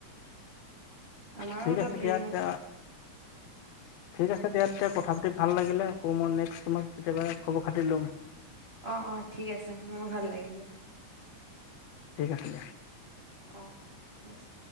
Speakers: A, on the right; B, on the left.
A: আমাৰো
B: ঠিক
A: অলপ
B: আছে
A: দেৰি
B: দিয়া এতিয়া।
A: হয়
B: ঠিক আছে দিয়া তেতিয়া কথা পাতি ভাল লাগিলে আকৌ মই নেক্সমত কেতিয়াবা খবৰ খাতি ল'ম।
A: অ অ ঠিক আছে মোৰো <unintelligible>
B: ঠিক আছে দিয়া।
A: অ ঠিক আছে।